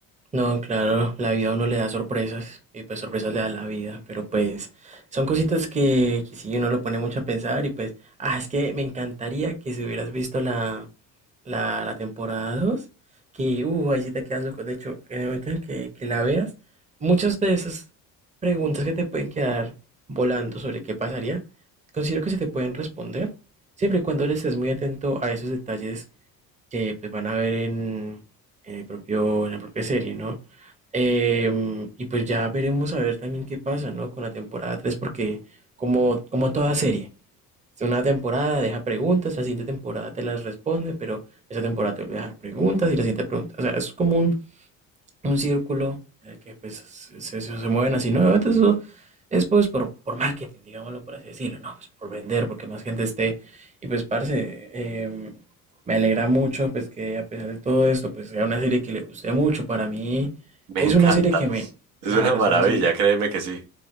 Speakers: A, on the right; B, on the right.
A: No, claro, la vida a uno le da sorpresas y pues sorpresas le da la vida, pero pues son cositas que, que sí uno lo pone mucho a pensar y pues, ah, es que me encantaría que si hubieras visto la, la, la temporada 2 que, uh, ahí sí te quedas loco, de hecho, en el momento en que, que la veas, muchas de esas preguntas que te pueden quedar volando sobre qué pasaría, considero que se te pueden responder, siempre y cuando le estés muy atento a esos detalles que pues, van a ver en, en el propio, en la propia serie, ¿no? Em, y pues ya veremos a ver también qué pasa, ¿no? Con la temporada tres porque como, como toda serie, una temporada deja preguntas, la siguiente temporada te las responde, pero esa temporada te vuelve a dejar preguntas y la siguiente pregunta. O sea, es como un, un círculo en el que pues, se, se- se mueven así, ¿no? Obviamente eso es pues por, por marketing, digámoslo por así decirlo, ¿no? Pues por vender, porque más gente esté. Y pues, parce, eh, me alegra mucho pues que a pesar de todo esto, pues sea una serie que le guste mucho. Para mí
B: <laughs> Me
A: es
B: encanta.
A: una serie que me,
B: Es
A: claro,
B: una maravilla,
A: es una serie
B: créeme que sí.